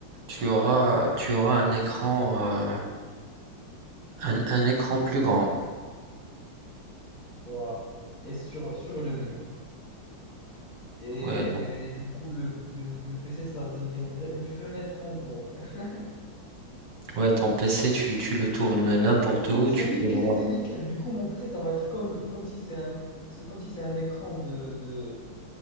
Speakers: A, on the right; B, on the left.
A: tu auras tu auras un écran euh, un, un écran plus grand.
B: Voilà. Et sur, sur le mur. Et
A: Ouais, donc
B: du coup, le, le, le PC, ça deviendrait une fenêtre en gros. <laughs>
A: ouais, ton PC tu, tu le tournes n'importe
B: Oh,
A: où,
B: mais c'est
A: tu
B: nickel,
A: peux voir.
B: c'est nickel. Du coup, mon PC, ça va être comme, comme si c'est un, comme si c'est un écran de, de,